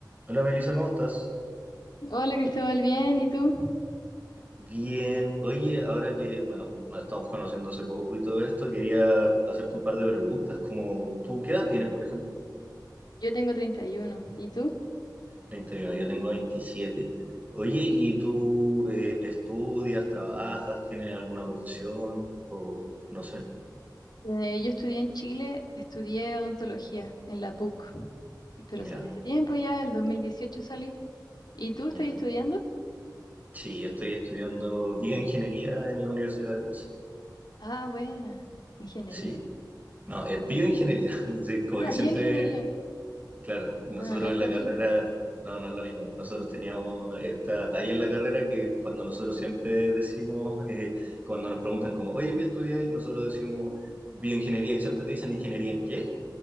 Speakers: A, on the right; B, on the left.
A: Hola Melissa, ¿cómo estás?
B: Hola Cristóbal, bien, ¿y tú?
A: Bien. Oye, ahora que, bueno, nos estamos conociendo hace poco y todo esto, quería hacerte un par de preguntas, como tú, ¿qué edad tienes, por ejemplo?
B: Yo tengo 31, ¿y uno, ¿y tú?
A: 31. yo tengo 27. Oye, ¿y tú eh, estudias, trabajas, tienes alguna profesión o no sé?
B: Eh, yo estudié en Chile, estudié odontología en la PUC, pero
A: Ya,
B: salí hace tiempo ya, el 2018 salí. ¿Y tú estás
A: ya.
B: estudiando?
A: Sí, estoy estudiando bioingeniería en la Universidad de Conce.
B: Ah, buena, ingeniería.
A: Sí. No, es bioingeniería. <laughs> Sí, como
B: Ah,
A: que siempre
B: bioingeniería.
A: Claro, nosotros
B: Ah, no es
A: en
B: lo
A: la carrera,
B: mismo.
A: no, no es lo mismo. Nosotros teníamos esta talla en la carrera que cuando nosotros siempre decimos, <laughs> eh, cuando nos preguntan como, oye, ¿qué estudiáis? Nosotros decimos bioingeniería y siempre te dicen ingeniería en qué,